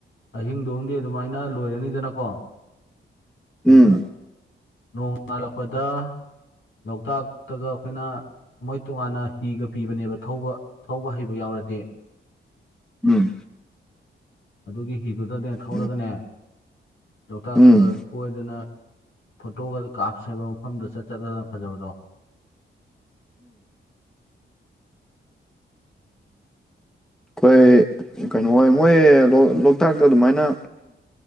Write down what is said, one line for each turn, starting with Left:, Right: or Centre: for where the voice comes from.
Left: ꯑꯍꯤꯡꯗꯣꯝꯗꯤ ꯑꯗꯨꯃꯥꯏꯅ ꯂꯣꯏꯔꯅꯤꯗꯅꯀꯣ ꯗꯨꯒ
Centre: ꯎꯝ
Left: ꯅꯣꯡ ꯉꯥꯜꯂꯛꯄꯗ ꯂꯣꯛꯇꯥꯛꯇꯒ ꯑꯩꯈꯣꯏꯅ ꯃꯣꯏ ꯇꯣꯉꯥꯟꯅ ꯍꯤꯒ ꯄꯤꯕꯅꯦꯕ ꯊꯧꯕ ꯊꯧꯕ ꯍꯩꯕ ꯌꯥꯎꯔꯗꯤ꯫
Centre: ꯎꯝ
Left: ꯑꯗꯨꯒꯤ ꯍꯤꯗꯨꯗꯅꯦ ꯊꯧꯔꯒꯅꯦ
Centre: ꯎꯝ
Left: ꯂꯣꯛꯇꯥꯛꯇꯒ
Centre: ꯎꯝ
Left: ꯀꯣꯏꯗꯅ꯫ ꯐꯣꯇꯣꯒ ꯀꯥꯞꯁꯦꯕ ꯃꯐꯝꯗꯣ ꯆꯠ ꯆꯠꯂꯒ ꯐꯖꯕꯗꯣ
Centre: ꯈꯣꯏ ꯀꯩꯅꯣ ꯍꯣꯏ ꯃꯣꯏ ꯂꯣ ꯂꯣꯛꯇꯥꯛꯇ ꯑꯗꯨꯃꯥꯏꯅ